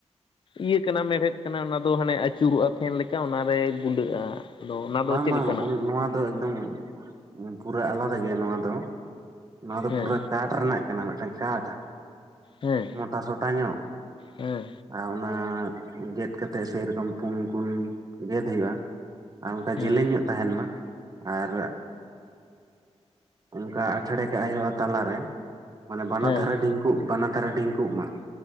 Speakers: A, on the left (about 50°); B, on the right (about 35°).
A: ᱤᱭᱟᱹ ᱠᱟᱱᱟ ᱢᱮᱲᱦᱮᱫ ᱠᱟᱱᱟ ᱚᱱᱟ ᱫᱚ, ᱦᱟᱱᱮ ᱟᱹᱪᱩᱨᱚᱜᱼᱟ ᱯᱷᱮᱱ ᱞᱮᱠᱟ ᱚᱱᱟᱨᱮ ᱜᱩᱸᱰᱟᱹᱜᱼᱟ᱾ ᱟᱫᱚ ᱚᱱᱟ ᱫᱚ
B: ᱵᱟᱝ
A: ᱪᱮᱫ
B: ᱵᱟᱝ,
A: ᱞᱮᱠᱟᱱᱟᱜ
B: ᱱᱚᱣᱟ ᱫᱚ ᱮᱠᱫᱚᱢ ᱯᱩᱨᱟᱹ ᱟᱞᱟᱫᱟ ᱜᱮᱭᱟ ᱱᱚᱣᱟ ᱫᱚ᱾ ᱱᱚᱣᱟ ᱫᱚ
A: ᱦᱮᱸ
B: ᱯᱩᱨᱟᱹ ᱠᱟᱴᱷ ᱨᱮᱱᱟᱜ ᱠᱟᱱᱟ, ᱢᱤᱫᱴᱟᱝ ᱠᱟᱴ
A: ᱦᱮᱸ
B: ᱢᱳᱴᱟᱥᱳᱚᱴᱟ ᱧᱚᱜ,
A: ᱦᱮᱸ
B: ᱟᱨ ᱚᱱᱟ ᱜᱮᱫ ᱠᱟᱛᱮ ᱥᱮᱨᱚᱠᱚᱢ ᱯᱩᱱ ᱠᱩᱱ ᱜᱮᱫ ᱦᱩᱭᱩᱜᱼᱟ᱾ ᱟᱨ ᱚᱱᱠᱟ
A: ᱦᱮᱸ
B: ᱡᱮᱞᱮᱧ ᱧᱚᱜ ᱛᱟᱦᱮᱱ ᱢᱟ, ᱟᱨ ᱚᱱᱠᱟ ᱟᱴᱷᱮᱬᱮ ᱠᱟᱜ ᱦᱩᱭᱩᱜᱼᱟ ᱛᱟᱞᱟᱨᱮ, ᱢᱟᱱᱮ ᱵᱟᱱᱟᱨ
A: ᱦᱮᱸ
B: ᱫᱷᱟᱨᱮ ᱰᱷᱤᱝᱠᱩ ᱩᱜ ᱵᱟᱱᱟ ᱫᱷᱟᱨᱮ ᱰᱷᱤᱝᱠᱩᱜ ᱢᱟ᱾